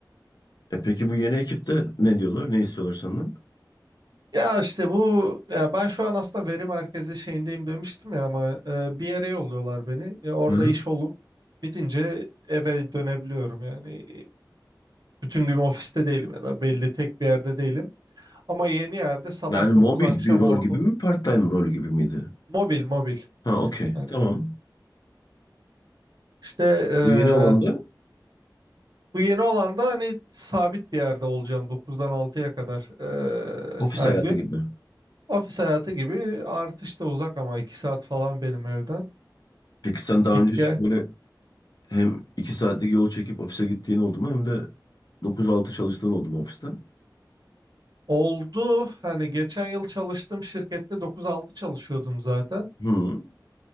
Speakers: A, on the left (about 60°); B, on the right (about 60°).
A: E peki bu yeni ekipte ne diyorlar? Ne istiyorlar senden?
B: Ya işte bu ya ben şu an aslında veri merkezi şeyindeyim demiştim ya ama eee, bir yere yolluyorlar beni. Ya orada
A: Hı hı.
B: iş olup bitince eve dönebiliyorum yani. Bütün gün ofiste değilim ya da belli tek bir yerde değilim. Ama yeni yerde sabah
A: Yani mobil
B: 9 akşam
A: bir rol
B: 6
A: gibi mi? Part-time rol gibi miydi?
B: mobil mobil.
A: Ha okey.
B: Hani
A: Tamam.
B: İşte eee,
A: Bu yeni olan da
B: bu yeni olan da hani sabit bir yerde olacağım dokuzdan altıya kadar eee,
A: ofis
B: her
A: hayatı
B: gün.
A: gibi.
B: Ofis hayatı gibi artış da uzak ama 2 saat falan benim evden.
A: Peki sen daha
B: Git
A: önce
B: gel.
A: hiç böyle hem iki saatlik yol çekip ofise gittiğin oldu mu hem de 9-6 çalıştığın oldu mu ofiste?
B: Oldu hani geçen yıl çalıştığım şirkette dokuz altı çalışıyordum zaten.
A: Hı.